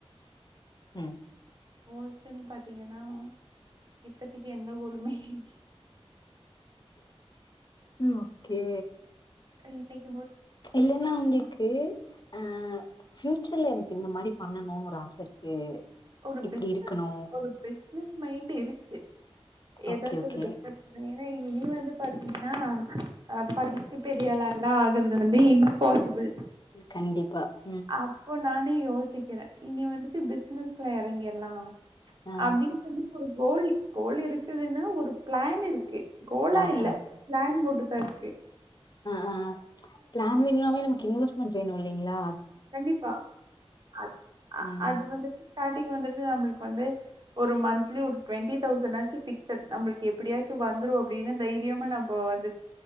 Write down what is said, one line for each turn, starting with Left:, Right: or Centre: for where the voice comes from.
Left: உம்
Right: கோல்சின் பாத்திங்கனா இப்பதிக்கி எந்த கோலுமே இ
Left: ம் ஓகே
Right: அ இன்னைக்
Left: இல்லேன்னா அவுங்ளுக்கு அஹ ஃப்யூச்சர்ல எனக்கு இந்த மாரி பண்ணணுனு ஒரு ஆச இருக்கு
Right: ஒரு
Left: இப்டி
Right: பிஸ்னஸ்
Left: இருக்கணு
Right: ஒரு பிஸ்னஸ் மைண்டு இருக்கு எதாச்சு
Left: ஓகே ஓகே
Right: ஒரு பிஸ்னஸ் <unintelligible> ஏனா னி வந்து பாத்தீங்கனா அ படிச்சி பெரியாளல்லா ஆகறது வந்து இம்பாசிபிள்
Left: கண்டிப்பா ம்
Right: அப்போ நானு யோ சிக்கிறே இனி வந்துட்டு பிசினஸ்ல எறங்கிர் லா
Left: ஆ
Right: அப்டின் சொல்லி இப்பொ ஒரு கோல் கோல் இருக்குதுன்னா ஒரு பிளான் இருக்கு கோலா
Left: பிளான்
Right: இல்ல பிளான் முடு தர்க்கு
Left: அ அ அ பிளான் வேண்ணாவே நம்க்கு இன்வெஸ் மெண்ட் வேணு இல்லைங்ளா
Right: கண்டிப்பா அத் அ
Left: ம்
Right: அது வந்துட்டு ஸ்டாட்டிங் வந்துட்டு நம்புளுக்கு வந்து ஒரு மந்த்லி ஒரு டுவெண்ட்டி தௌசண் ஆச்சு பிக்ஸட் நம்பள்க்கு எப்பிடியாச்சு வந்துரு அப்டினு தைரியமா நம்போ வந்து